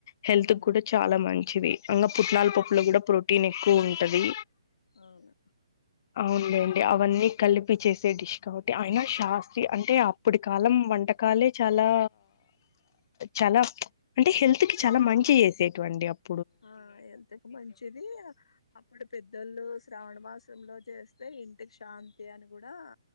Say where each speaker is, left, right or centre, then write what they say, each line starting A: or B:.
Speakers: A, on the left; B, on the left.
A: హెల్త్
B: అవును
A: కూడా చాలా మంచిది ఇంగా పుట్నాల పప్పులు కూడా ప్రోటీన్ ఎక్కువ ఉంటది,
B: అవును
A: అవును లేండి అవన్నీ కలిపి చేసే డిష్ కాబట్టి అయిన శాస్త్రి అంటే అప్పుటి కాలం వంట కాలే చాలా చాలా అంటే హెల్త్ కి చాలా మంచి చేసేటువండి అప్
B: ఆ హెల్త్ కి మంచిది అప్పుడు పెద్దోళ్ళు శ్రావణ మాసంలో చేస్తే ఇంటికి శాంతి అని కూడా